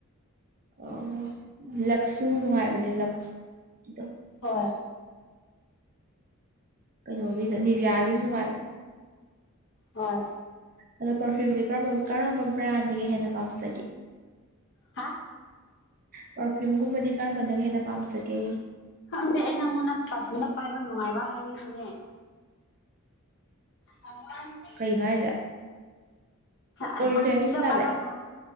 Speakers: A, on the right (about 40°); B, on the left (about 55°).
A: ꯑꯣ ꯂꯛꯁꯨ ꯅꯨꯡꯉꯥꯏꯕꯅꯦ ꯂꯛꯁ ꯗꯣ
B: ꯍꯣꯏ
A: ꯀꯩꯅꯣꯒꯤꯁꯨ ꯅꯤꯕꯤꯌꯥꯒꯤꯁꯨ ꯅꯨꯡꯉꯥꯏꯕꯅꯦ
B: ꯍꯣꯏ
A: ꯑꯗꯣ ꯄꯔꯐ꯭ꯌꯨꯝꯖꯦ ꯀꯔꯝꯕ ꯀꯔꯝꯕ ꯕ꯭ꯔꯥꯟꯅ ꯍꯦꯟꯅ ꯄꯥꯝꯖꯒꯦ
B: ꯍꯥ
A: ꯄꯔꯐ꯭ꯌꯨꯝꯒꯨꯝꯕꯗꯤ ꯀꯔꯝꯕꯅ ꯍꯦꯟꯅ ꯄꯥꯝꯖꯒꯦ
B: ꯈꯪꯗꯦ ꯑꯩ ꯅꯪꯉꯣꯟꯗ ꯄꯔꯐ꯭ꯌꯨꯝꯒ ꯄꯥꯏꯕ ꯅꯨꯡꯉꯥꯏꯕ ꯍꯥꯏꯅꯤꯡꯕꯅꯦ ꯍꯪꯉꯣꯏ
A: ꯀꯩꯅꯣ ꯍꯥꯏꯁꯦ
B: ꯑ
A: ꯑꯣꯔꯤꯐ꯭ꯂꯦꯝꯒꯤ
B: ꯄꯔꯐ꯭ꯌꯨꯝꯒ
A: ꯁꯤꯖꯤꯟꯅꯕ꯭ꯔꯥ
B: ꯄꯥꯏꯕ ꯅꯨ